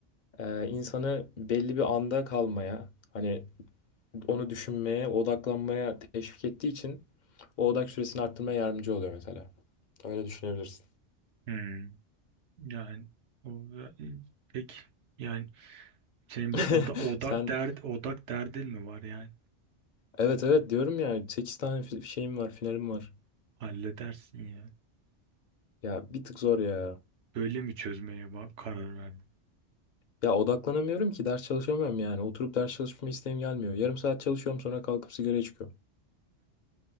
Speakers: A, on the left (about 55°); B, on the right (about 70°).
A: e, insanı belli bir anda kalmaya hani onu düşünmeye, odaklanmaya teşvik ettiği için o odak süresini arttırmaya yardımcı oluyor mesela. Öyle düşünebilirsin.
B: Hmm. Yani o peki yani senin
A: <laughs>
B: bir oda, odak
A: Sen
B: derd odak derdin mi var yani?
A: evet evet diyorum ya 8 tane fi- şeyim var, finalim var.
B: Halledersin ya.
A: Ya bir tık zor ya.
B: Böyle mi çözmeye bak karar verdin?
A: Ya odaklanamıyorum ki ders çalışamıyorum yani. Oturup ders çalışma isteğim gelmiyor. Yarım saat çalışıyorum sonra kalkıp sigaraya çıkıyorum.